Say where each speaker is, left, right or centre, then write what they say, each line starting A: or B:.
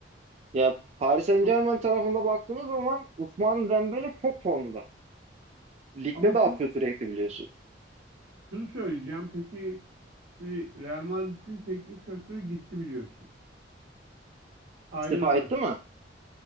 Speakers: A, on the right (about 35°); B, on the right (about 85°).
A: ya Paris Saint-Germain
B: Ama
A: tarafında baktığımız zaman Ousmane Dembele çok formda. Ligde
B: ama
A: de
B: şunu,
A: atıyor sürekli biliyorsun.
B: şunu söyleyeceğim. Peki şimdi Real Madrid'in teknik direktörü gitti biliyorsun. Ayrıldı.
A: İstifa etti mi?